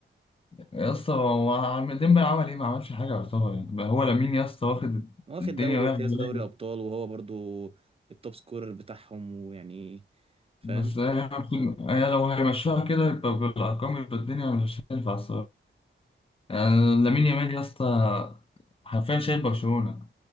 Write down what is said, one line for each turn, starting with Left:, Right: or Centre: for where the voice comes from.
Left: يا اسطى هو عم- ديمبل عمل ايه ما عملش حاجه يعتبر يعني بقى هو لامين يا اسطى واخد
Right: واخد
Left: الدنيا
Right: دوري
Left: رايح
Right: وكاس
Left: جاي
Right: ودوري ابطال وهو برضو التوب سكورر بتاعهم ويعني فاهم
Left: بس هي المفروض- هي لو هيمشوها كده يبقى بالارقام يبقى الدنيا مش هتنفع الصراحه يعني
Right: مش عارف.
Left: لامين يامال يا اسطى حرفيا شايل برشلونه